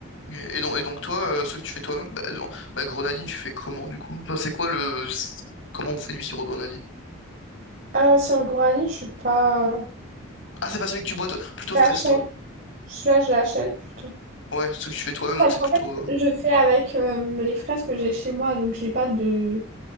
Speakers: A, on the left; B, on the right.
A: Ok. Et donc, et donc toi, euh, ce que tu fais toi-même, bah, non. Bah, grenadine, tu fais comment du coup? Enfin, c'est quoi le. Comment on fait du sirop grenadine?
B: Ah, sur le granit, je suis pas.
A: Ah, c'est pas celui que tu bois toi, plutôt
B: Je
A: fraise
B: l'achète.
A: toi.
B: Celui-là, je l'achète plutôt.
A: Ouais, ce que tu fais toi-même, donc
B: Parce
A: c'est
B: qu'en
A: plutôt.
B: fait,
A: euh,
B: je fais avec euh, les fraises que j'ai chez moi, donc j'ai pas de